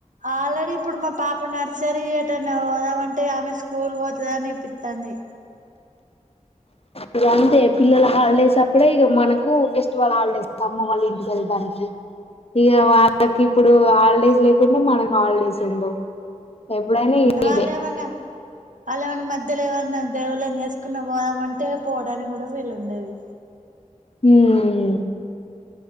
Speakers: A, on the right; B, on the left.
A: ఆల్రెడీ ఇప్పుడు మా పాప నర్సరీ ఎటన్నా పోదామంటే ఆమె స్కూల్ పోతదని పిత్తాంది
B: ఇక అంతే పిల్లల హాలిడేస్ అప్పుడే ఇక మనకు ఫెస్టివల్ హాలిడేస్ అమ్మ వాళ్ళ ఇంటికి వెళ్తానికి ఇక వాళ్ళకి ఇప్పుడు హాలిడేస్ లేకుండా మనకు హాలిడేస్ ఉండవు ఎప్పుడైనా
A: వాళ్ళు
B: ఇదే
A: ఏమన్నా వాళ్ళు ఏమైన్నా మధ్యలో ఏవన్నా దేవుళ్ళని చేసుకున్న పోదామ అంటే పోవడానికి కూడా వీలు ఉండదు
B: హ్మ్